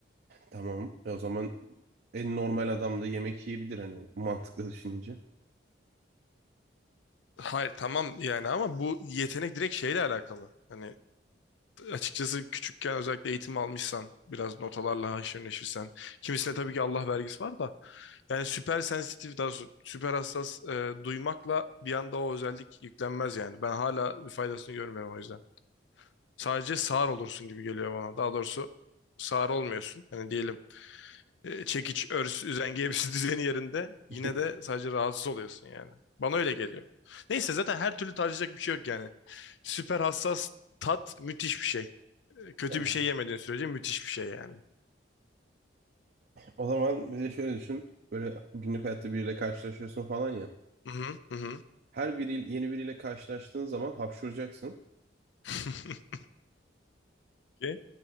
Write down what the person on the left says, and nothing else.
Hayır tamam yani ama bu yetenek direkt şeyle alakalı. Hani açıkçası küçükken özellikle eğitim almışsan biraz notalarla haşır neşirsen. Kimisine tabii ki Allah vergisi var da. Yani süper sensitif daha doğrusu süper hassas e, duymakla bir anda o özellik yüklenmez yani. Ben hala faydasını görmüyorum o yüzden. Sadece sağır olursun gibi geliyor bana. Daha doğrusu sağır olmuyorsun. Hani diyelim e, çekiç, örs, üzengi hepsi <laughs> düzeni yerinde. Yine
de sadece rahatsız oluyorsun yani. Bana öyle geliyor. Neyse zaten her türlü tartışacak bir şey yok yani. Süper hassas tat müthiş bir şey. E, Kötü
bir şey yemediğin sürece müthiş bir şey yani.
Hı hı hı. hı.
<laughs> Ki,